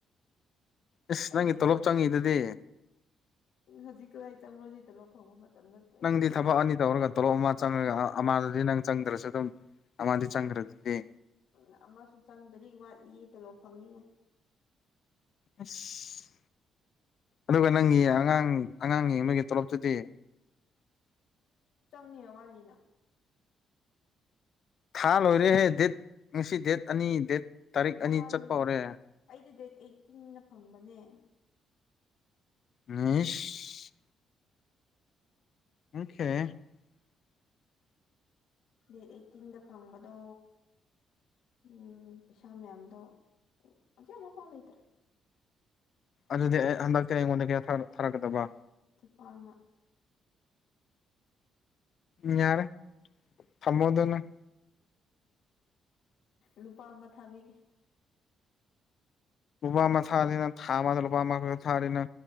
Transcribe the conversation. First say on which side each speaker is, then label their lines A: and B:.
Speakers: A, on the left (about 55°); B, on the left (about 75°).
A: ꯏꯁꯁ
B: ꯑꯩꯒꯤꯗꯨ
A: ꯅꯪꯒꯤ ꯇꯣꯂꯣꯞ ꯆꯪꯉꯤꯗꯗꯤ
B: ꯍꯧꯖꯤꯛ ꯀꯗꯥꯏ ꯆꯪꯕ꯭ꯔꯣꯁꯤ ꯇꯣꯂꯣꯞ ꯐꯪꯕ ꯃꯇꯝ ꯅꯠꯇꯦ
A: ꯅꯪꯗꯤ ꯊꯕꯛ ꯑꯅꯤ ꯇꯧꯔꯒ ꯇꯣꯂꯣꯞ ꯑꯃ ꯆꯪꯉꯒ ꯑꯃꯥꯗꯗꯤ ꯅꯪ ꯆꯪꯗ꯭ꯔꯁꯨ ꯑꯗꯨꯝ ꯑꯃꯗꯤ ꯆꯪꯈ꯭ꯔꯗꯤꯗꯤ
B: ꯎ ꯑꯃꯁꯨ ꯆꯪꯗꯔꯤ ꯋꯥꯠꯂꯤ ꯇ ꯂꯣ ꯐꯪꯅꯤꯡꯉꯦ
A: ꯑꯁ ꯑꯗꯨꯒ ꯅꯪꯒꯤ ꯑꯉꯥꯡ ꯑꯉꯥꯡꯅꯤ ꯃꯣꯏꯒꯤ ꯇꯣꯂꯣꯞ ꯆꯗꯤ
B: ꯄꯨꯅꯤ ꯋꯥꯂꯤꯅ
A: ꯊꯥ ꯂꯣꯏꯔꯦꯍꯦ ꯗꯦꯠ ꯉꯁꯤ ꯗꯦꯠ ꯑꯅꯤ ꯗꯦꯠ ꯇꯥꯔꯤꯛ
B: ꯅꯍꯥꯟ
A: ꯑꯅꯤ ꯆꯠꯄ ꯍꯧꯔꯦ
B: ꯑꯩꯗꯤ ꯗꯦꯠ ꯑꯩꯠꯇꯤꯟ ꯐꯪꯕꯅꯦ
A: ꯃꯤꯁ ꯑꯣꯀꯦ <inaudible>
B: ꯗꯦꯠ ꯑꯩꯠꯇꯤꯟꯗ ꯐꯪꯕꯗꯣ ꯎꯝ ꯄꯩꯁꯥ ꯃꯌꯥꯝꯗꯣ ꯍꯧꯖꯤ ꯑꯃꯐꯥꯎ ꯂꯩꯇ꯭ꯔꯦ
A: ꯑꯗꯨꯗꯤ ꯑꯩ ꯍꯟꯗꯛꯇꯤ ꯑꯩꯉꯣꯟꯗ ꯀꯌꯥ ꯊꯥꯔꯛꯀꯗꯕ
B: ꯅꯨꯄꯥꯃ
A: ꯌꯥꯔꯦ ꯐꯃꯣꯗꯅ
B: ꯂꯨꯄꯥ ꯑꯃ ꯊꯥꯕꯤꯒꯦ
A: ꯂꯨꯄꯥ ꯑꯃ ꯊꯥꯔꯤꯅꯤꯅ ꯊꯥ ꯑꯃꯗ ꯂꯨꯄꯥ ꯑꯃꯈꯥꯛ ꯊꯥꯅꯤꯅ